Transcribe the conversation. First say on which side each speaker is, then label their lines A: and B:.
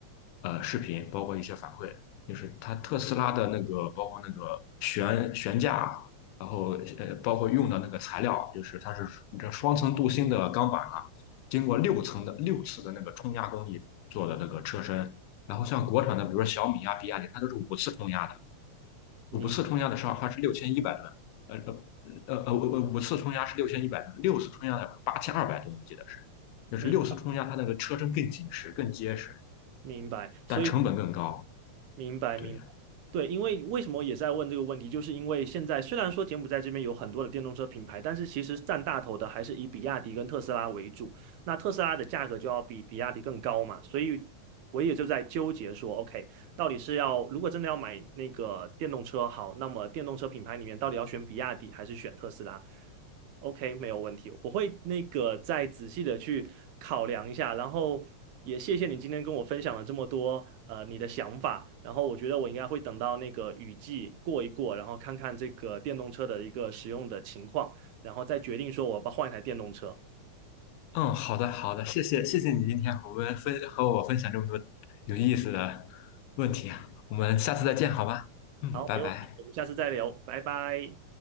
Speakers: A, on the left; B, on the right.
A: 呃视频，包括一些反馈，就是他特斯拉的那个，包括那个悬悬架然后呃，包括用的那个材料，就是它是这双层镀锌的钢板啊，经过六层的六次的那个冲压工艺做的那个车身。然后像国产的，比如说小米啊、比亚迪，它都是五次冲压的，
B: 明
A: 五次冲压的时候它是六千一百吨，呃呃呃呃呃，呃五次冲压是六千一百吨，六次冲压的八千二百吨，我记得是，就是六次冲压它那个车身更紧实、
B: 明
A: 更结实，
B: 明白，所以。
A: 但成本更高。
B: 明白，
A: 对，
B: 明白。对，因为为什么也在问这个问题，就是因为现在虽然说柬埔寨这边有很多的电动车品牌，但是其实占大头的还是以比亚迪跟特斯拉为主。那特斯拉的价格就要比比亚迪更高嘛，所以我也就在纠结说，OK，到底是要如果真的要买那个电动车，好，那么电动车品牌里面到底要选比亚迪还是选特斯拉？OK，没有问题，我会那个再仔细的去考量一下，然后也谢谢你今天跟我分享了这么多呃你的想法，然后我觉得我应该会等到那个雨季过一过，然后看看这个电动车的一个使用的情况，然后再决定说我要不要换一台电动车。
A: 嗯，好的，好的，谢谢，谢谢你今天和我们分和我分享这么多有意思的问题啊，我们下次再见，好吗？嗯，
B: 好，
A: 拜拜。
B: 没问题，我们下次再聊，拜拜。